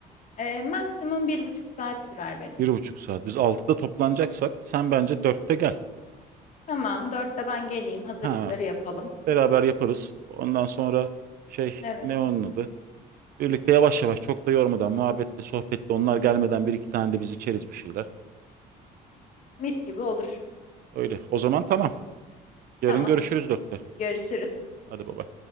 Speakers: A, on the left; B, on the right.
A: e, maksimum bir buçuk saat sürer benim.
B: Bir buçuk saat. Biz 6'da toplanacaksak sen bence dörtte gel.
A: Tamam, dörtte ben geleyim. Hazırlıkları
B: Ha,
A: yapalım.
B: beraber yaparız. Ondan sonra şey
A: Evet.
B: ne onun adı? Birlikte yavaş yavaş çok da yormadan muhabbetle sohbetle onlar gelmeden bir iki tane de biz içeriz bir şeyler.
A: Mis gibi olur.
B: Öyle. O zaman tamam. Yarın
A: Tamam.
B: görüşürüz dörtte.
A: Görüşürüz.
B: Hadi baba.